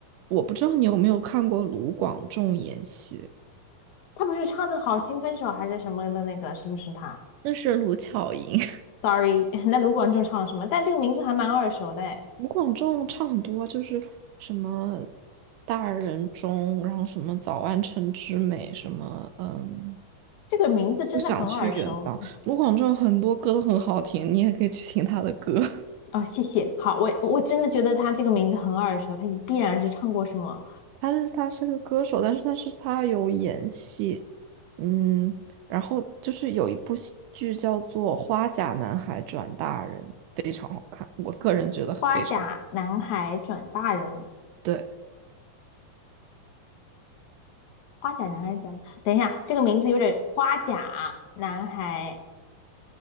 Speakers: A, on the right; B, on the left.
A: 我不知道你有没有看过卢广仲演戏，
B: 他不是唱的《好心分手还是什么的那个，是不是他
A: 那是卢巧音。<laughs>
B: ？Sorry，<laughs> 那卢广仲唱了什么？但这个名字还蛮耳熟的，哎，
A: 卢广仲唱很多啊就是什么《大人中》，然后什么《早安城之美》，什么嗯，
B: 这个名字真的很耳熟
A: 不想去远方。卢广仲很多歌都很好听，你也可以去听他的歌。<laughs>
B: 哦。谢谢，好，我我真的觉得他这个名字很耳熟，他必然是唱过什么
A: 他是他是个歌手，但是但是他有演戏，嗯，然后就是有一部戏剧叫做《花甲男孩转大人》，非常好看，我个人觉得非常好。
B: 《花甲男孩转大人》
A: 对，
B: 花甲男孩讲，等一下，这个名字有点花甲男孩。